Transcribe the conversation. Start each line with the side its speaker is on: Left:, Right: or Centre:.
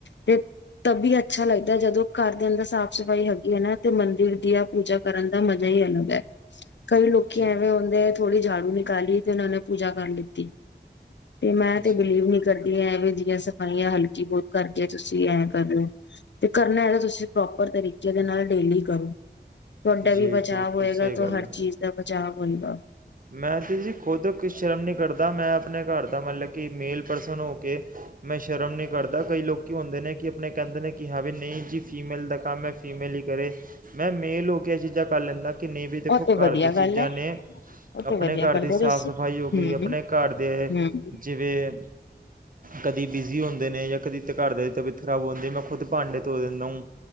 Left: ਤੇ ਤਾਹੀ ਅੱਛਾ ਲੱਗਦਾ ਜਦੋਂ ਘਰ ਦੇ ਅੰਦਰ ਸਾਫ਼ ਸਫ਼ਾਈ ਹੈਗੀ ਹੈ ਨਾ ਤੇ ਮੰਦਿਰ ਦੀ ਆ ਪੂਜਾ ਕਰਨ ਦਾ ਮਜ਼ਾ ਹੀ ਅਲੱਗ ਹੈ। ਕਈ ਲੋਕੀ
Right: ਜੀ
Left: ਐਵੇਂ ਹੁੰਦੇ ਥੋੜੀ ਝਾੜੂ ਨਿਕਾਲੀ ਤੇ ਉਹਨੇ ਪੂਜਾ ਕਰ ਲਿੱਤੀ ਤੇ ਮੈਂ ਤੇ
Right: ਜੀ
Left: ਬਿਲੀਵ ਨੀ ਕਰਦੀ ਐਂਵੀ ਦੀੰਆ ਸਫਾਈਆਂ ਹਲਕੀ ਬਹੁਤ ਕਰਕੇ ਤੁਸੀਂ ਐਂ ਕਰ ਲਓ ਤੇ ਕਰਨਾ ਹੈ ਤਾਂ ਤੁਸੀਂ ਪ੍ਰੋਪਰ ਤਰੀਕੇ ਦੇ ਨਾਲ ਡੇਲੀ ਕਰੋ। ਤੁਹਾਡਾ
Right: ਜੀ
Left: ਵੀ ਬਚਾਅ
Right: ਬਿਲਕੁਲ
Left: ਹੋਏਗਾ,
Right: ਸਹੀ
Left: ਤੋ
Right: ਗੱਲ
Left: ਹਰ
Right: ਹੈ
Left: ਚੀਜ਼ ਦਾ ਬਚਾਅ ਹੋਏਗਾ।
Right: ਮੈਂ ਤਾਂ ਜੀ ਖੁਦ ਸ਼ਰਮ ਨਹੀਂ ਕਰਦਾ ਮੈਂ ਆਪਣੇ ਘਰ ਦਾ ਮਲਬ ਕਿ ਮੇਲ ਪਰਸਨ ਹੋ ਕੇ ਮੈਂ ਸ਼ਰਮ ਨਹੀਂ ਕਰਦਾ ਕਈ ਲੋਕ ਹੁੰਦੇ ਨੇ ਕਿ ਆਪਣੇ ਕਹਿੰਦੇ ਨੇ ਕਿ ਹਾਂ ਵੀ ਨਹੀਂ ਜੀ ਫੀਮੇਲ ਦਾ ਕੰਮ ਹੈ ਫੀਮੇਲ ਹੀ ਕਰੇ ਮੈਂ ਮੇਲ ਹੋ ਕੇ ਇਹ ਚੀਜ਼ਾਂ ਕਰ ਲੈਂਦਾ। ਕਿੰਨੀ ਵੀ ਦੇਖੋ
Left: ਉਹ ਤੇ
Right: ਘਰ
Left: ਵਧੀਆ
Right: ਦੀ ਚੀਜ਼ਾਂ
Left: ਗੱਲ ਹੈ
Right: ਨੇ
Left: ਉਹ
Right: ਆਪਣੇ
Left: ਤੇ ਵਧੀਆ
Right: ਘਰ
Left: ਕਰਦੇ
Right: ਦੀ ਸਾਫ਼
Left: ਹੋ ਤੁਸੀਂ
Right: ਸਫਾਈ ਹੋ ਗਈ,
Left: ਹਮ
Right: ਆਪਣੇ ਘਰ ਦੇ
Left: ਹਮ
Right: ਜਿਵੇਂ ਕਦੀ ਬਿਜ਼ੀ ਹੁੰਦੇ ਨੇ ਜਾਂ ਕਦੀ ਘਰਦਿਆਂ ਦੀ ਤਬੀਅਤ ਖ਼ਰਾਬ ਹੋ ਜਾਂਦੀ ਹੈ, ਮੈਂ ਖੁਦ ਭਾਂਡੇ ਧੋ ਦਿੰਦਾ ਹੂ।